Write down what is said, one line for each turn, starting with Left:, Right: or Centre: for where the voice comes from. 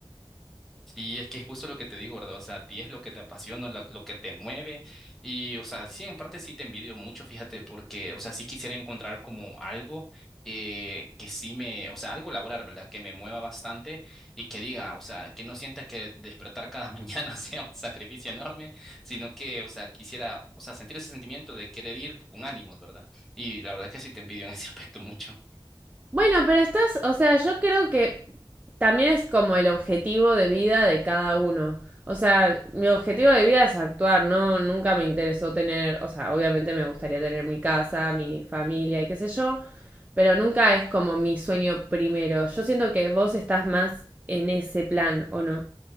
Centre: Sí, es que es justo lo que te digo, ¿verdad? O sea, a ti es lo que te apasiona, lo lo, que te mueve. Y, o sea, sí, en parte sí te envidio mucho, fíjate, porque, o sea, sí quisiera encontrar como algo eh, que sí me, o sea, algo laboral, ¿verdad? Que me mueva bastante y que diga, o sea, que no sienta que despertar cada <laughs> mañana sea un sacrificio enorme, sino que, o sea, quisiera, o sea, sentir ese sentimiento de querer ir con ánimos, ¿verdad? Y la verdad que sí te envidio en ese aspecto mucho.
Right: Bueno, pero estás, o sea, yo creo que también es como el objetivo de vida de cada uno. O sea, mi objetivo de vida es actuar, no, nunca me interesó tener, o sea, obviamente me gustaría tener mi casa, mi familia y qué sé yo, pero nunca es como mi sueño primero. Yo siento que vos estás más en ese plan, ¿o no?